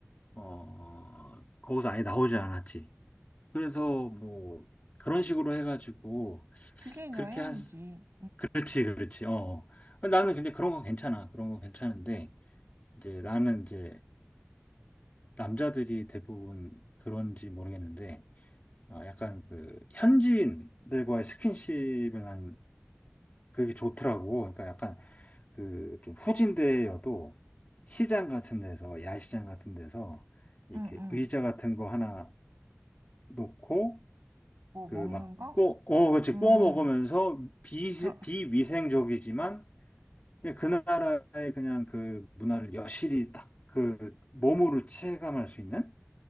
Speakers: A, on the left; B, on the right.
A: 어 거기서 아예 나오지 않았지. 그래서 뭐 그런 식으로 해가지고
B: 그게
A: 그렇게
B: 여행이지.
A: 한 그렇지 그렇지 어 어. 나는 근데 그런 건 괜찮아 그런 건 괜찮은데 이제 나는 이제 남자들이 대부분 그런지 모르겠는데 어, 약간 그 현지인들과의 스킨십을 난 그게 좋더라고 그러니까 약간 그 좀 후진대여도 시장 같은 데서 야시장 같은 데서 이렇게
B: 응, 응.
A: 의자 같은 거 하나 놓고
B: 뭐 먹는
A: 그 막
B: 거?
A: 꼬, 어, 그렇지.
B: 음.
A: 구워 먹으면서 비,
B: 그럼,
A: 비위생적이지만 그냥 그 나라의 그냥 그 문화를 여실히 딱 그 몸으로 체감할 수 있는